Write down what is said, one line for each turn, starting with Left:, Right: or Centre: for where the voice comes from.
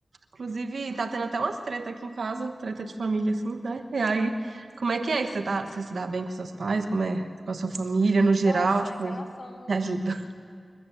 Right: Inclusive, tá tendo até umas treta aqui em casa, treta de família, assim, né? E aí, como é que é que você tá, você se dá bem com seus pais? Como é com a sua família no geral?
Left: Nossa,
Right: Tipo,
Left: em relação.
Right: me ajuda.